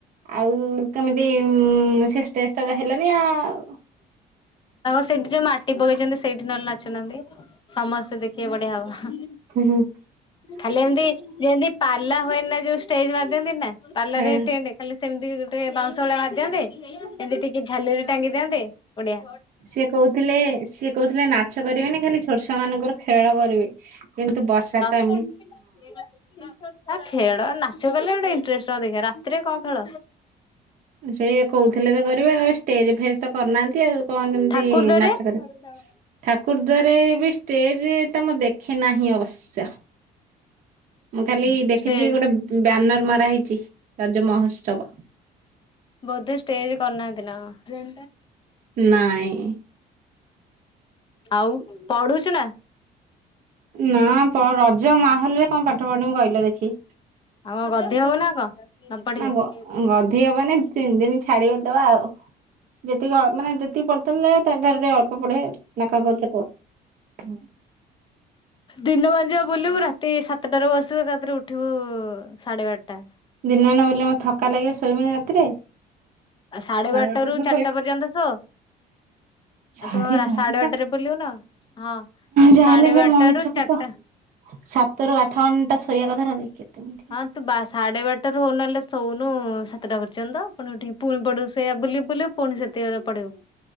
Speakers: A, on the right; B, on the left.
A: ଆଉ କେମିତି ସେ ଷ୍ଟେଷ୍ଟଟା ତ ହେଲାନି ଆଉ।
B: ତାଙ୍କ ସେଇଠି ଯୋଉ ମାଟି ପକେଇଚନ୍ତି। ସେଇଠି ନଲେ ନାଚୁନାହାନ୍ତି। ସମସ୍ତେ ଦେଖିବେ ବଢିଆ ହବ ହଁ।
A: ହୁଁ ହୁଁ।
B: ଖାଲି ଏମିତି ଯେମିତି ପାଲା ହୁଏ ନା ଯୋଉ ଷ୍ଟେଜ ବନ୍ଧନ୍ତି ନା ପାଲରେ
A: ହଁ
B: ଖାଲି ସେମିତି ଗୋଟେ ବାଉଁଶ ଭଳି ବନ୍ଧିଦିଅନ୍ତେ। ଏମିତି ଟିକେ ଝାଲେରି ଟାଙ୍ଗି ଦିଅନ୍ତେ ବଢ଼ିଆ।
A: ସିଏ କହୁଥିଲେ ସିଏ କହୁଥିଲେ ନାଛ କରିବେନି ଖାଲି ଛୋଟ ଛୁଆ ମାନଙ୍କର ଖେଳ କରିବେ। କିନ୍ତୁ ବର୍ଷା ଟା
B: <unintelligible> ଆ ଖେଳ ନାଚ କଲେ ଗୋଟେ ଇଣ୍ଟରେଷ୍ଟ ନ ଦେଖ ରାତିରେ କଣ ଖେଳ?
A: ସେଇ କହୁଥିଲେ ତ କରିବେ ଷ୍ଟେଜ ଫେଜ ତ କରିନାହାନ୍ତି ଆଉ କଣ କେମିତି
B: ଠାକୁର
A: ନାଚ କରିବେ?
B: <unintelligible>
A: ଠାକୁର ଦ୍ଵାରେ ଏ ବି ଷ୍ଟେଜ ତ ମୁଁ ଦେଖେ ନାହିଁ ଅବଶ୍ୟ। ମୁଁ ଖାଲି ଦେଖିଚି
B: ଷ୍ଟେଜ
A: ଗୋଟେ ବ୍ୟାନର ମାରା ହେଇଛି ରଜ ମହୋତ୍ସବ।
B: ବୋଧେ ଷ୍ଟେଜ୍ କରିନାନ୍ତି ନା କଣ?
A: ନାଇଁ।
B: ଆଉ ପଢୁଛୁ ନା।
A: ନା ରଜ ମାହଲରେ କଣ ପାଠ ପଢି ମୁଁ କହିଲ ଦେଖି।
B: ଆଉ କଣ ଗଧି ହବ ନା କଣ ନ ପଢିକି?
A: ନା ଗଧି ହବନି ତିନି ଦିନ। ଛାଡିକଦବା ଆଉ ଯେତିକି ଅ ମାନେ ଯେତିକି ପଡି ତା ଠାରୁରେ ଅଳ୍ପ ପଡେ। ନା କଣ କୁହଥିଲ କୁହ।
B: ଦିନ ବା ଯିବା ବୁଲିବୁ ରାତି ସାତ। ତଟାରୁ ବସିବୁ ତାରେ ଉଠିବୁ ସାଢ଼େ ବାରଟା।
A: ଦିନ ନଗଲେ ମ ଥକା ଲାଗିବ ଶୋଇବୁନୀ ରାତିରେ।
B: ଆ ସାଢେ
A: ସାଢ଼େ
B: ବାରଟା ରୁ
A: ରେ
B: ଚାରିଟା ପର୍ଯ୍ୟନ୍ତ ଶୋ
A: ସାଢ଼େ
B: ଆଉ ତୁ କଣ
A: ବାରଟା
B: ସାଢେ ବାରଟାରେ ବୁଲିବୁ ନା ହଁ
A: ଯାହାେଲେ
B: ସାଢେ
A: ବି
B: ବାରଟାରୁ
A: ମଣିଷକୁ
B: ଚାରିଟା
A: ତ। ସାତରୁ ଆଠ ଘଣ୍ଟା ଶୋଇବା କଥା ଭାବ କି ତୁମେ।
B: ହଁ ତୁ ବା ସାଢେ ବାରଟାରୁ ହଉନହେଲେ ଶୋଉନୁ ସାତଟା ପର୍ଯ୍ୟନ୍ତ ଆପଣ ଟିକେ ପୁଣି ପଡୁ ସେ ବୋଲି ବୁଲିବୁ ପୁଣି ସେତିକି ବେଳେ ପଡିବୁ।